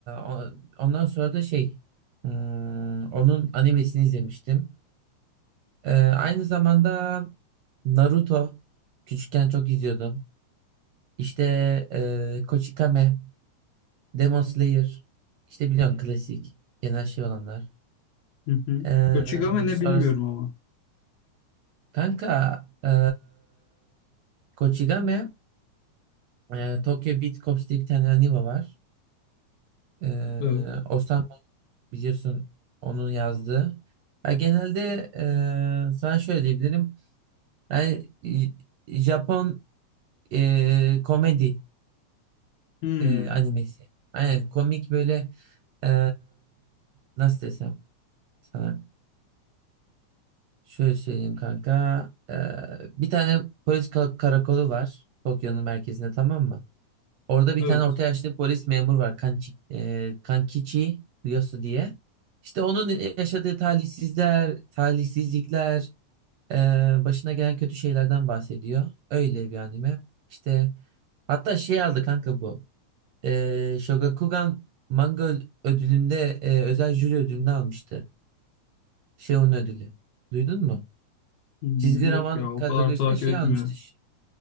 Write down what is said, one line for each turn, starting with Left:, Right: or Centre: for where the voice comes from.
Right: o- ondan sonra da şey hmm, onun animesini izlemiştim. Ee, aynı zamanda Naruto küçükken çok izliyordum. İşte e, Kochikame, Demon Slayer işte biliyorsun klasik genel şey olanlar.
Left: Hı hı.
Right: Ee,
Left: Kochigame ne
Right: sonra
Left: bilmiyorum ama.
Right: kanka e, Kochikame e, Tokyo Beat Cops diye bir tane anime var. Ee,
Left: Evet.
Right: biliyorsun onun yazdığı. Ya genelde eee sana şöyle diyebilirim. Yani e, Japon eee, komedi
Left: Hmm,
Right: eee, animesi. Aynen komik böyle eee, nasıl desem sana. Şöyle söyleyeyim kanka. Eee, bir tane polis ka- karakolu var Tokyo'nun merkezinde tamam mı? Orada bir
Left: evet.
Right: tane orta yaşlı polis memur var Kanchi, eee, Kankichi Ryosu diye. İşte onun yaşadığı talihsizler, talihsizlikler, Ee, başına gelen kötü şeylerden bahsediyor. Öyle bir anime. İşte hatta şey aldı kanka bu. Ee, Shogakukan Manga ödülünde e, özel jüri ödülünü almıştı. Şey onun ödülü. Duydun mu?
Left: Hmm,
Right: Çizgi
Left: yok
Right: roman
Left: ya o
Right: kategorisinde
Left: kadar takip
Right: şey
Left: etmiyorum.
Right: almıştı. ş-